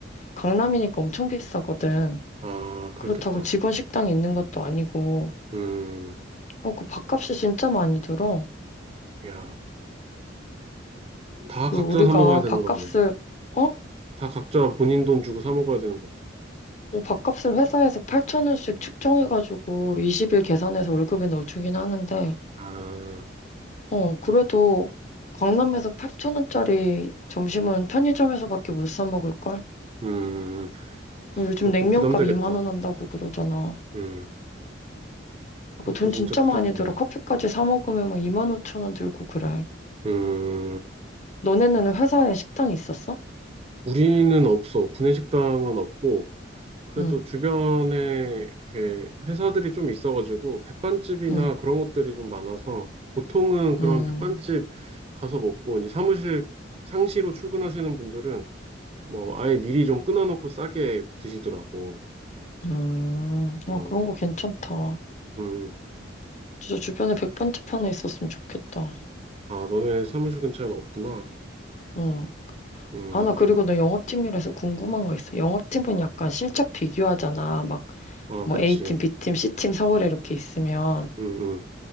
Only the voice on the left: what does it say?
강남이니까 엄청 비싸거든.
그렇다고 직원 식당이 있는 것도 아니고,
어, 그 밥값이 진짜 많이 들어.
그
우리가
밥값을
어?
뭐 밥값을 회사에서 8천 원씩 측정해가지고 20일 계산해서 월급에 넣어주긴 하는데
어 그래도 강남에서 8천 원짜리 점심은 편의점에서밖에 못 사 먹을걸?
요즘
냉면값
2만 원 한다고 그러잖아.
그거
돈
진짜
많이 들어. 커피까지 사 먹으면 막 2만 5천 원 들고 그래.
너네는 회사에 식당이 있었어?
응,
응,
응,
응. 아,
그런 거 괜찮다.
진짜 주변에 백반집 하나 있었으면 좋겠다.
응.
아, 나 그리고 너 영업팀이라서 궁금한 거 있어. 영업팀은 약간 실적 비교하잖아. 막,
뭐
A팀, B팀, C팀 서울에 이렇게 있으면.